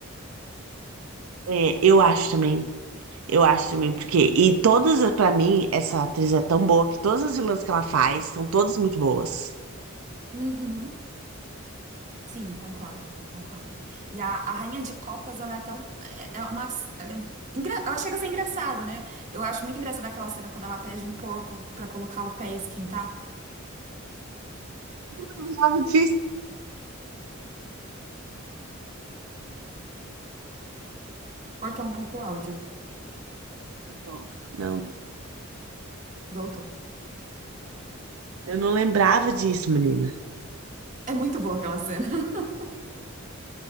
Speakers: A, on the right (about 85°); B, on the right (about 35°).
A: é, eu acho também, eu acho também, porque. E todas, pra mim, essa atriz é tão boa que todas as vilãs que ela faz são todas muito boas.
B: Uhum. Sim, concordo, concordo. E a, a Rainha de Copas, ela é até um, é é uma, ela, é engra- ela chega a ser engraçada, né? Eu acho muito engraçada aquela
A: É.
B: cena quando ela pede um porco pra colocar o pé e esquentar.
A: Eu não lembrava disso.
B: Cortou um pouco o áudio,
A: Muito bom. Não,
B: voltou.
A: eu não lembrava disso, menina.
B: É muito boa aquela cena. <laughs>